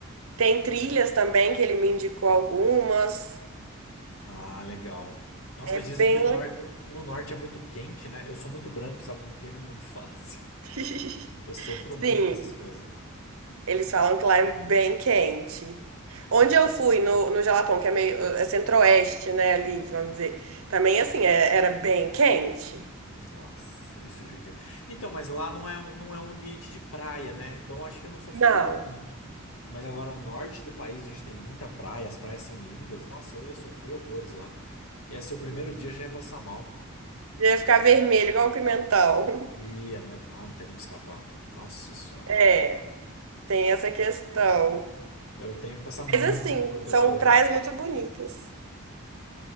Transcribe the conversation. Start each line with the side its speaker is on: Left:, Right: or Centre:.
Right: Tem trilhas também que ele me indicou algumas.
Left: Ah, legal. Nossa,
Right: É
Left: mas
Right: bem,
Left: dizem que no,
Right: le-
Left: nor- no norte é muito quente, né? Eu sou muito branco, sabe? Me queimo muito <laughs> fácil.
Right: <laughs>
Left: Eu sofro muito
Right: sim.
Left: com essas coisas.
Right: Eles falam que lá é bem quente. Onde eu fui, no, no Jalapão, que é meio, é centro-oeste, né, ali, vamos dizer. Também, assim, é- era bem quente.
Left: Nossa, isso judia. Então, mas lá não é, um- não é um ambiente de praia, né? Então, eu acho que eu não sofreria
Right: Não,
Left: tanto. Mas agora, norte do país, onde tem muita praia, as praias são lindas, nossa, eu ia sofrer horrores lá. Ia ser o primeiro dia, já ia passar mal.
Right: ia ficar vermelho, igual um pimentão. <laughs>
Left: Ia, não é, ah, não tem como escapar. Nossa senhora.
Right: É, tem essa questão.
Left: Eu tenho que passar muito
Right: Mas, assim,
Left: protetor.
Right: são praias muito bonitas.